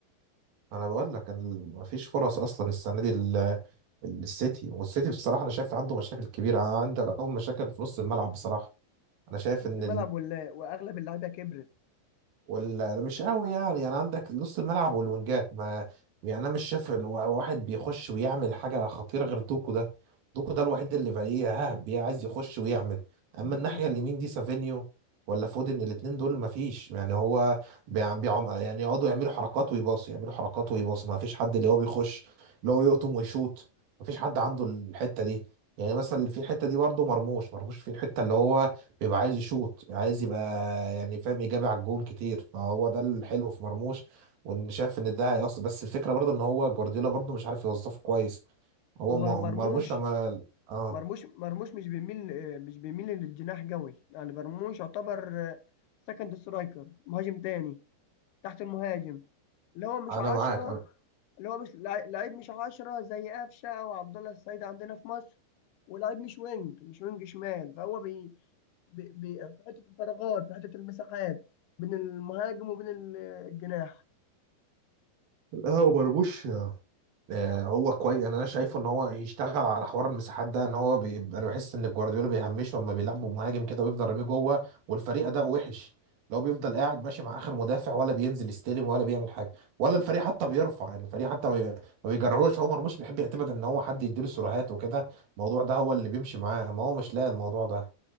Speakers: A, on the right; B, on the left.
A: انا بقول لك ال- مفيش فرص اصلا السنه دي ال- ال- السيتي والسيتي بصراحه انا شايف عنده مشاكل كبيره عنده اول مشاكل في نص الملعب بصراحه انا شايف
B: نص
A: ان
B: الملعب ولا وأغلب اللعيبة كبرت
A: ولا مش قوي يعني يعني عندك نص الملعب والوينجات ما يعني انا مش شايف ال- واحد بيخش ويعمل حاجه خطيره غير دوكو ده دوكو ده الوحيد اللي فاريه ها بي- عايز يخش ويعمل اما
B: دوكو
A: الناحيه اليمين دي سافينيو ولا فودن الاتنين دول ما فيش يعني هو بيع- بيعم يعني يقعدوا يعملوا حركات ويباص يعملوا حركات ويباص ما فيش حد اللي هو بيخش اللي هو يقطم ويشوط ما فيش حد عنده الحته دي يعني مثلا في الحته دي برضه مرموش مرموش في الحته اللي هو بيبقى عايز يشوط عايز يبقى يعني فاهم يجابه على الجون كتير فهو ده الحلو في مرموش وان شايف ان ده هيأثر بس الفكره برضه ان هو جوارديولا برضه مش عارف يوظفه كويس هو
B: هو
A: م-
B: مرموش
A: مرموش لما اه
B: مرموش مرموش مش بيميل آه، مش بيميل للجناح قوي يعني مرموش يعتبر سكند سترايكر مهاجم تاني تحت المهاجم اللي هو مش
A: انا
B: عشرة
A: معاك أنا-
B: اللي هو مش لع- لعيب مش عشرة زي قفشة أو عبد الله السعيد عندنا في مصر ولعيب مش وينج مش وينج شمال فهو بي بي بي في حتة الفراغات في حتة المساحات بين المهاجم وبين ال- الجناح
A: لا هو مرموش آه، هو كويس انا أنا شايفه ان هو يشتغل على حوار المساحات ده ان هو بي... انا بحس ان جوارديولا بيهمشه لما بيلعبوا مهاجم كده ويفضل راميه جوه والفريق اداؤه وحش لو بيفضل قاعد ماشي مع اخر مدافع ولا بينزل يستلم ولا بيعمل حاجه ولا الفريق حتى بيرفع يعني الفريق حتى ما بي- ما بيجرهوش هو مرموش بيحب يعتمد ان هو حد يديله سيروهات وكده الموضوع ده هو اللي بيمشي معاه ما هو مش لاقي الموضوع ده